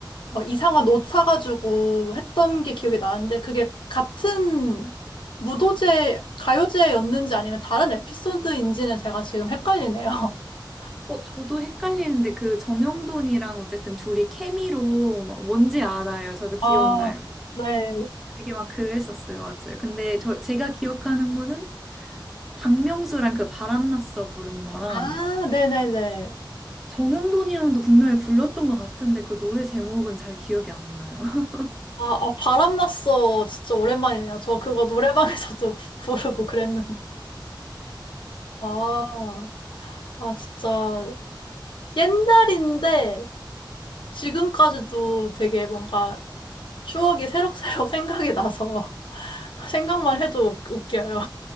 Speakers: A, on the left; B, in the centre.
A: 막 이상한 옷 사가지고 했던 게 기억이 나는데 그게 같은 무도제, 가요제였는지 아니면 다른 에피소드인지는 제가 지금 헷갈리네요. <laughs>
B: 어, 저도 헷갈리는데 그 정형돈이랑 어쨌든 둘이 케미로 막 뭔지 알아요. 저도 기억나요.
A: 아, 네.
B: 되게 막 그랬었어요. 맞아요. 근데 저 제가 기억하는 거는 박명수랑 그 바람났어 부르는 거랑
A: 아, 네네네.
B: 정형돈이랑도 분명히 불렀던 것 같은데 그 노래 제목은 잘 기억이 안 나요. <laughs>
A: 아, 아, 바람났어. 진짜 오랜만이네요. 저 그거 노래방에서도 <laughs> 부르고 그랬는데. 아, 아, 진짜. 옛날인데 지금까지도 되게 뭔가 추억이 새록새록 생각이 나서 <laughs> 생각만 해도 웃- 웃겨요.